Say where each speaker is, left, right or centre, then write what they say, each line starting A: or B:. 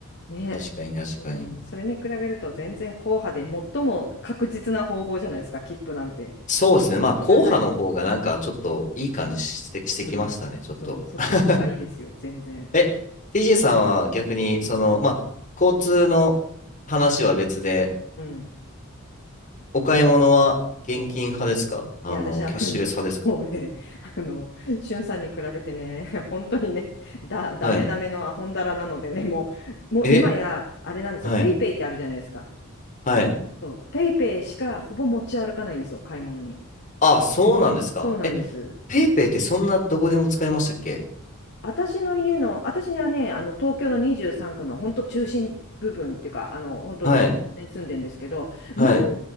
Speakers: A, on the left; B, on the left.
A: ね、
B: 確かに、確かに。
A: うん、それに比べると全然硬派で最も確実な方法じゃないですか、切符なんて。
B: そうですね。まあ、
A: ありがたい。
B: 後派の方がなんか、ちょっといい感じして、してきましたね、
A: うん、
B: ちょっと。
A: そう、そっちの方がいいですよ、
B: <laughs>
A: 全然。
B: え、TJ さんは逆に、その、
A: うん、
B: まあ、交通の話は別で、
A: うん、
B: お買い物は現金派ですかあの、
A: そう。いや、私はね、
B: キャッシュレス派ですか
A: <laughs> もうね、あの、しゅんさんに比べてね、<laughs> 本当にね、だ、ダメダメのアホンダラなのでね、
B: はい。
A: もう、もう今や、
B: え、
A: あれなんですよ、
B: はい。
A: ペイペイってあるじゃないですか。
B: はい
A: そう、ペイペイしかほぼ持ち歩かないんですよ、買い物に。
B: あ、そうなんですか。
A: そうなんです。
B: え、ペイペイってそんなどこでも使えましたっけ
A: 私の家の、私はね、あの、東京の23区の本当中心部分っていうか、あの、本当にね住んでるんですけど、
B: はい。はい。
A: まあ、